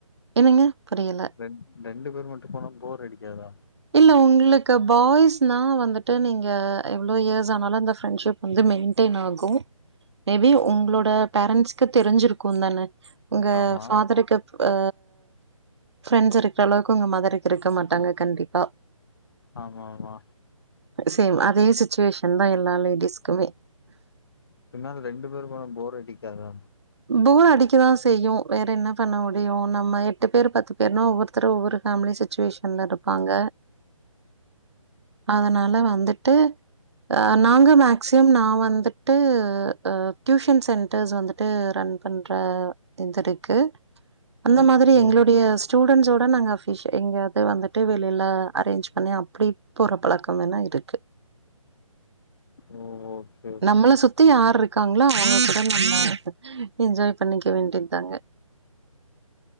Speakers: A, on the right; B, on the left.
A: என்னங்க புரியல
B: ரெண் ரெண்டு பேர் மட்டு போனா போர் அடிக்காதா
A: இல்ல உங்ளுக்கு பாய்ஸ்னா வந்துட்டு நீங்க எவ்ளோ இயர்ஸ் ஆனாலு அந்த ஃப்ரெண்ஷிப் வந்து மெயின் டேன் ஆகு மேபி உங்ளோட பேரன்ஸ்க்கு தெரிஞ்சிருக்கூ தான. உங்க
B: ஆமா
A: ஃபாதருக்கு ஆ ப்ரெண்ஸ் இருக்குற அளவுக்கு உங்க மதருக்கு இருக்க மாட்டாங்க கண்டிப்பா.
B: ஆமா ஆமா
A: சேம் அதே சிச்சுவேஷன்தா எல்லா லேடிஸ்க்குமே.
B: இருந்தாலு ரெண்டு பேரு போனா போர் அடிக்காதா
A: போர் அடிக்கதா செய்யு. வேறென்ன பண்ண முடியு நம்ம எட்டு பேர் பத்து பேர்னா ஒவ்வொருத்தரு ஒரு ஃபேமிலி சுச்சுவேஷன்ல இருப்பாங்க. அதனால வந்துட்டு அ நாங்க மேக்சிமம் நா வந்துட்டு அ டியூஷன் சென்டர்ஸ் வந்து ட்டு ரன் பண்ற இதிருக்கு. அந்த மாதிரி
B: ஓ
A: எங்களுடைய ஸ்டூடெண்ஸோட நாங்க அஃபீஷ எங்காது வந்துட்டு வெளில அரேஞ்ச் பண்ணி அப்டி போற பழக்கம் வேணா இ ருக்கு
B: ஓ ஓகே ஓகே
A: நம்மள சுத்தி யார் இருக்காங்ளோ அவங்க கூட நம்ம என்ஜாய் பண்ணிக்க வேண்டிந்தாங்க.